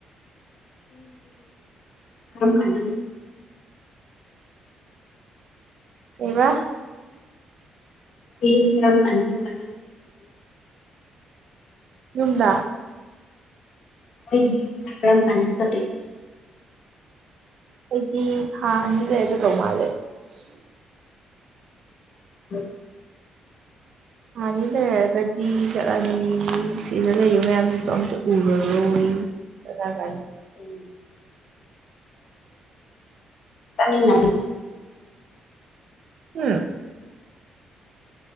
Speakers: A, on the left; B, on the right.
A: ꯀ ꯈꯥꯟꯗ
B: ꯑꯦꯕꯥ
A: ꯑꯩꯨꯝ ꯀꯔꯝ ꯀꯥꯟꯗꯝ ꯀ
B: ꯌꯨꯝꯗ
A: ꯑꯩꯒꯤ ꯇꯔꯝ ꯀꯗ ꯆ
B: ꯑꯩꯗꯤ ꯊꯥ ꯑꯅꯤ ꯂꯩꯔꯁꯨꯗꯧ ꯃꯥꯜꯂꯦ
A: ꯍ
B: ꯍꯥꯟꯅꯤ ꯂꯩꯔꯒꯗꯤ ꯆꯠꯂꯅꯤ ꯁꯤꯗ ꯂꯩꯔꯤꯕ ꯃꯌꯥꯝꯁꯤꯁꯨ ꯑꯝꯇ ꯎꯔꯔꯣꯏ ꯆꯂꯒꯅꯤ
A: ꯎꯝ ꯇꯅꯤꯡ
B: ꯎꯝ